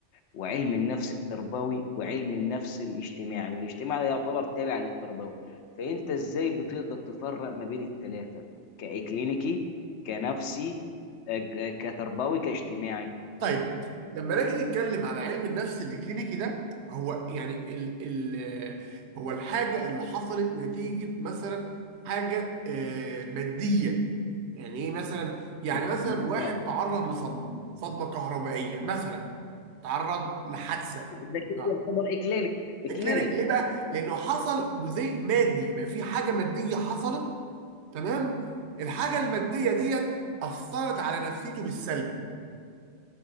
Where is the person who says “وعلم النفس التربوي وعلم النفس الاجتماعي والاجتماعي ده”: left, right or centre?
Left